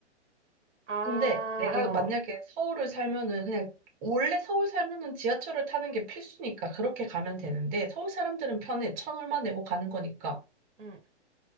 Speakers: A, on the right; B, on the right.
A: 아,
B: 근데 내가
A: 어.
B: 만약에 서울을 살면은 그냥 원래 서울 살면은 지하철을 타는 게 필수니까 그렇게 가면 되는데 서울 사람들은 편해. 천 얼마 내고 가는 거니까.
A: 응.